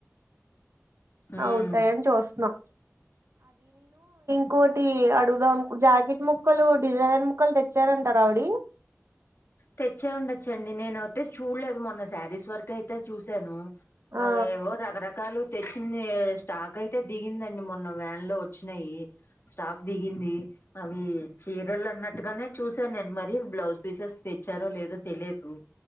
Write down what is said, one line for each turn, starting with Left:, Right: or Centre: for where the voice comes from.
Left: ఉమ్
Right: అవి ఉంటాయని చూస్తున్నాం ఇంకోటి అడుగుదాంను జాకెట్ ముక్కలు, డిజైైనర్ ముక్కలు తెచ్చారంటార ఆవిడి.
Left: తెచ్చే ఉండచ్చండి నేనయితే చూడలేదు మొన్న శారీస్ వరకు అయితే చూసాను.
Right: ఆ
Left: అవేవో రకరకాలు తెచ్చింది స్టాక్ అయితే దిగిందండి మొన్న వ్యాన్ లో వచ్చినాయి స్టాక్ దిగింది అవి చీరలు అన్నట్టుగానే చూసాను నేను మరి బ్లౌజ్ పిసెస్ తెచ్చారో లేదో తెలియదు